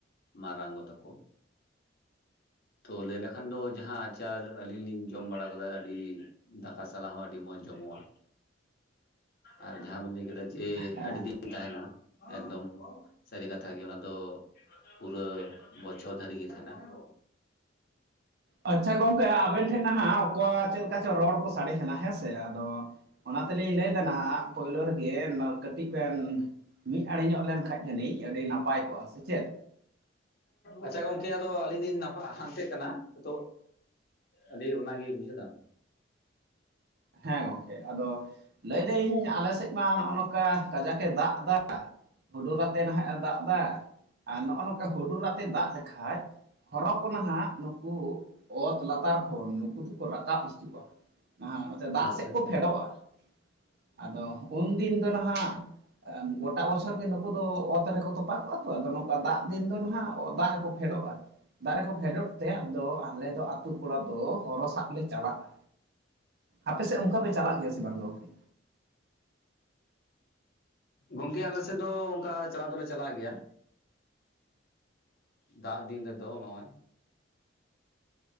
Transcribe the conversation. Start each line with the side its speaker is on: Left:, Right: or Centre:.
Left: ᱢᱟᱨᱟᱝ ᱜᱚ ᱛᱟᱠᱚ ᱾ ᱛᱚ ᱞᱟᱹᱭ ᱞᱮᱠᱷᱟᱱ ᱫᱚ ᱡᱟᱦᱟᱸ ᱟᱪᱟᱨ ᱟᱹᱞᱤᱧ ᱞᱤᱧ ᱡᱚᱢ ᱵᱟᱲᱟ ᱟᱠᱟᱫᱟ ᱟᱹᱰᱤ ᱫᱟᱠᱟ ᱥᱟᱞᱟᱜ ᱦᱚᱸ ᱟᱹᱰᱤ ᱢᱚᱸᱡᱽ ᱡᱚᱢᱚᱜᱼᱟ, ᱟᱨ ᱡᱟᱦᱟᱸ ᱵᱮᱱ ᱞᱟᱹᱭ ᱠᱮᱫᱟ ᱡᱮ
Right: ᱦᱮᱸ
Left: ᱟᱹᱰᱤ ᱫᱤᱱ ᱛᱟᱦᱮᱱᱟ ᱮᱠᱫᱚᱢ ᱥᱟᱹᱨᱤ ᱠᱟᱛᱷᱟ ᱜᱮ ᱚᱱᱟ ᱫᱚ ᱯᱩᱨᱟᱹ ᱵᱚᱪᱷᱚᱨ ᱫᱷᱟᱹᱨᱤᱡ ᱜᱮ ᱛᱟᱦᱮᱱᱟ ᱾
Right: ᱟᱪᱪᱷᱟ ᱜᱚᱝᱠᱮ ᱟᱵᱮᱱ ᱴᱷᱮᱱ ᱱᱟᱦᱟᱜ ᱚᱠᱚ ᱪᱮᱫ ᱞᱮᱠᱟ ᱪᱚ ᱨᱚᱲ ᱠᱚ ᱥᱟᱮ ᱠᱟᱱᱟ ᱦᱮᱸ ᱥᱮ ᱾ ᱟᱫᱚ ᱚᱱᱟ ᱛᱮᱞᱤᱧ ᱞᱟᱹᱭᱫᱟ ᱱᱟᱦᱟᱜ ᱯᱳᱭᱞᱳ ᱨᱮᱜᱮ ᱠᱟᱹᱴᱤᱡ ᱵᱮᱱ ᱢᱤᱫ ᱟᱲᱮ ᱧᱚᱜ ᱞᱮᱱ ᱠᱷᱟᱡ ᱡᱟᱹᱱᱤᱡ ᱟᱹᱰᱤ ᱱᱟᱯᱟᱭ ᱠᱚᱜᱼᱟ ᱥᱮ ᱪᱮᱫ?
Left: ᱟᱪᱪᱷᱟ ᱜᱚᱝᱠᱮ ᱟᱫᱚ ᱟᱹᱞᱤᱧ ᱟᱹᱰᱤᱧ ᱱᱟᱯᱟᱜ ᱦᱟᱱᱛᱮ ᱠᱟᱱᱟ ᱱᱤᱛᱚᱜ ᱟᱹᱰᱤ ᱚᱱᱟᱜᱮ ᱵᱩᱡᱷᱟᱹᱣ ᱫᱟᱢ ᱾
Right: ᱦᱮᱸ ᱜᱚᱝ ᱠᱮ, ᱟᱫᱚ ᱞᱟᱹᱭᱫᱟᱹᱧ ᱟᱞᱮ ᱥᱮᱫ ᱢᱟ ᱱᱚᱜᱼᱚ ᱱᱚᱠᱟ ᱠᱟᱡᱟᱠᱼᱮ ᱫᱟᱜ ᱮᱫᱟ, ᱦᱩᱰᱩᱨ ᱟᱛᱮ ᱱᱟᱦᱟᱜ ᱮ ᱫᱟᱜ ᱫᱟ, ᱟᱨ ᱱᱚᱜᱼᱚ ᱱᱚᱝᱠᱟ ᱦᱩᱰᱩᱨ ᱟᱛᱮ ᱫᱟᱜ ᱞᱮᱠᱷᱟᱡ ᱦᱚᱨᱚ ᱠᱚ ᱱᱟᱦᱟᱜ ᱱᱩᱠᱩ ᱚᱛ ᱞᱟᱛᱟᱨ ᱠᱷᱚᱱ ᱱᱩᱠᱩ ᱫᱚ ᱠᱚ ᱨᱟᱠᱟᱵ ᱦᱤᱡᱩᱜᱼᱟ ᱵᱟᱦᱟᱜ ᱱᱚᱛᱮ ᱫᱟᱜ
Left: ᱟᱪᱪᱷᱟ
Right: ᱥᱮᱫ ᱠᱚ
Left: ᱟᱪᱪᱷᱟ
Right: ᱯᱷᱮᱰᱚᱜᱼᱟ ᱾ ᱟᱫᱚ ᱩᱱᱫᱤᱱ ᱫᱚ ᱱᱟᱦᱟᱜ ᱜᱚᱴᱟ ᱵᱚᱪᱷᱚᱨ ᱜᱮ ᱱᱩᱠᱩ ᱫᱚ ᱚᱛ ᱨᱮᱠᱚ ᱛᱚᱯᱟᱜ ᱠᱚᱜᱼᱟ ᱛᱚ ᱟᱫᱚ ᱱᱚᱝᱠᱟ ᱫᱟᱜ ᱫᱤᱱ ᱫᱚ ᱱᱟᱦᱟᱜ ᱫᱟᱜ ᱨᱮᱠᱚ ᱯᱷᱮᱰᱚᱜᱼᱟ ᱫᱟᱜ ᱨᱮᱠᱚ ᱯᱷᱮᱰᱚᱜ ᱛᱮ ᱟᱫᱚ ᱟᱞᱮ ᱫᱚ ᱟᱛᱳ ᱠᱚᱲᱟ ᱫᱚ ᱦᱚᱨᱚ ᱥᱟᱵ ᱞᱮ ᱪᱟᱞᱟᱜᱼᱟ ᱟᱯᱮᱥᱮᱫ ᱚᱱᱠᱟ ᱯᱮ ᱪᱟᱞᱟᱜ ᱜᱮᱭᱟ ᱥᱮ ᱵᱟᱝ ᱜᱚᱢᱠᱮ?
Left: ᱜᱚᱢᱠᱮ ᱟᱞᱮ ᱥᱮᱫ ᱫᱚ ᱚᱱᱠᱟ ᱪᱟᱞᱟᱣ ᱫᱚᱞᱮ ᱪᱟᱞᱟᱜ ᱜᱮᱭᱟ᱾ ᱫᱟᱜ ᱫᱤᱱ ᱨᱮᱫ ᱱᱚᱜ-ᱚᱭ